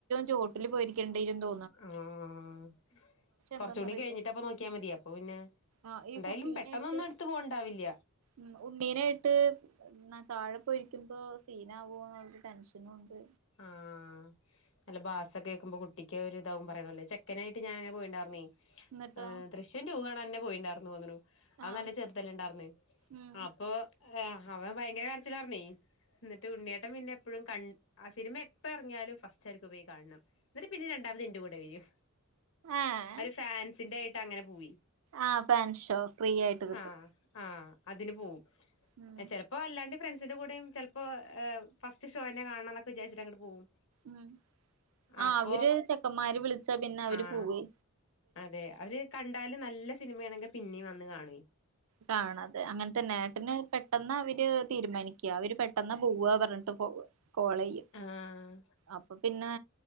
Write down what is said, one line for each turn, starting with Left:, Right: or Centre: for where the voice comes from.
Right: ചോട്ടിൽ പോയിരിക്കും ണ്ടിരുന്നു
Left: ആഹ് കുറച്ച
Right: എന്താന്നറിയോ
Left: കൂടി കഴിഞ്ഞിട്ട് അപ്പ നോക്കിയാൽ മതി അപ്പൊ പിന്നെ
Right: ആഹ് ഈ
Left: എന്തായാലും
Right: കുട്ടീനായിട്ട്
Left: പെട്ടെന്നൊന്നും എടുത്ത് പോവണ്ടാവില്ല
Right: ഉം ഉണ്ണീനായിട്ട് എന്നാ താഴെപ്പോയിരിക്കുമ്പോ സീനാവുമോ എന്നരു ടെൻഷനുണ്ട്
Left: ആഹ് അല്ല ബാസൊക്ക കേക്കുമ്പോ കുട്ടിക്ക് ഒരുരിതാവും പറയണല്ലേ ചെക്കനായിട്ട ഞാനങ്ങെ പോയിണ്ടായിന്നേ
Right: എന്നിട്ടോ
Left: ഏഹ് ദൃശ്യം ടു കാണാൻ തന്നെ പോയിണ്ടായിന്ന് പോന്നു അത്
Right: ആഹ്
Left: നല്ല ചെറുതല്ല ഇണ്ടായിർന്ന
Right: ഉം
Left: അപ്പൊ ആഹ് അവൻ ഭയങ്കര വരച്ചിലറന്നീ എന്നിട്ട് ഉണ്ണിയേട്ടൻ പിന്നെ എപ്പോഴും ക ആഹ് സിനിമ എപ്പഇറങ്യാലും ഫസ്റ്റ് ആവര്ക്ക് പോയി കാണണം എന്നിട്ട് പിന്നിം രണ്ടാമത് എന്റെ കൂടെ വെരും
Right: ഏഹ്
Left: അവര് ഫാൻസിന്റായിട്ട അങ്ങനെ പോയി
Right: ആഹ് ഫാൻഷോ ഫ്രീ ആയിട്ട് കിട്ടും
Left: ആഹ് ആഹ് അതിന്പോവും
Right: ഉം
Left: ചെ പ്പോഅല്ലാണ്ട് ഫ്രണ്ട്സിന്റെറെ കൂടെയും ചെൽപ്പോ ഫസ്റ്റ്ഷോയെന്നെ കാണാണംന്നൊക്കെ വിചാരിച്ചട്ടഅങ്ങട്ട് പോവും
Right: ഉ ആഹ്
Left: അപ്പൊ
Right: അവര് ചെക്കന്മാര് വിളിച്ചാ പിന്നെഅവര്പോവേ
Left: ആഹ് അതെ അവര് കണ്ടാല് നല്ല സിനിമയാണെങ്ക പിന്നിം വന്ന്കാണേ
Right: കാണാതെ അങ്ങൻത്തന്നേ ഏട്ടന് പെ ട്ടെന്ന അവര് തീരുമാനിക്ക അവര് പെട്ടെന്നപോവ പറഞ്ഞിട്ട് പോവ കോളയ്യും
Left: ആഹ്
Right: അപ്പൊപിന്നെ